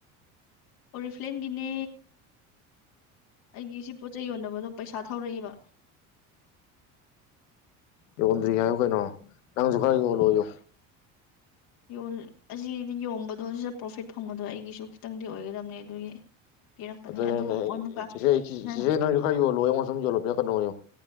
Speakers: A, on the left; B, on the left.
A: ꯑꯣꯔꯤꯐ꯭꯭ꯂꯝ ꯒꯤꯅꯦ ꯑꯩꯒꯤꯁꯤ ꯄꯣꯠꯆꯩ ꯌꯣꯟꯅꯕꯗꯣ ꯄꯩꯁꯥ ꯊꯧꯔꯛꯏꯕ
B: ꯌꯣꯟꯗꯔꯤ ꯍꯥꯏꯎ ꯀꯩꯅꯣ ꯅꯪꯖꯨ ꯈꯔꯥ ꯌꯣꯜꯂꯣꯌꯣ
A: ꯌꯣꯜꯂꯤ ꯑꯁꯤꯗꯤ ꯌꯣꯟꯕꯗꯣ ꯁꯤꯗ ꯄ꯭ꯔꯣꯐꯤꯠ ꯐꯪꯕꯗ ꯑꯩꯒꯤꯁꯨ ꯈꯤꯇꯪꯗꯤ ꯑꯣꯏꯒꯗꯕꯅꯦ ꯑꯗꯨꯒꯤ ꯄꯤꯔꯛꯄꯅꯦ
B: ꯑꯗꯨꯅꯤꯅꯦ
A: ꯑꯗꯨ ꯑꯣꯏꯃꯨꯀ
B: ꯆꯦꯆꯦ ꯆꯤꯆꯦ
A: ꯅꯪ
B: ꯅꯣꯏꯖꯨ ꯈꯔ ꯌꯣꯜꯂꯣꯌꯣ ꯑꯩꯡꯉꯣꯟ ꯁꯨꯝ ꯌꯣꯜꯂꯣ ꯄꯤꯔꯛꯀꯅꯣ ꯌꯣ